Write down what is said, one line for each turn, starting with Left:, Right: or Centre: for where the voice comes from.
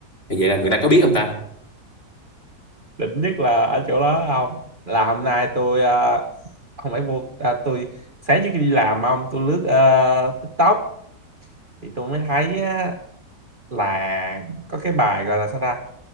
Left: thì vậy là người ta có biết không ta
Right: định nhất là ở chỗ đó không là hôm nay tôi ờ, không phải vô à, tôi sáng trước khi đi làm không tôi lướt ờ, TikTok thì tôi mới thấy á, là có cái bài gọi là sao ta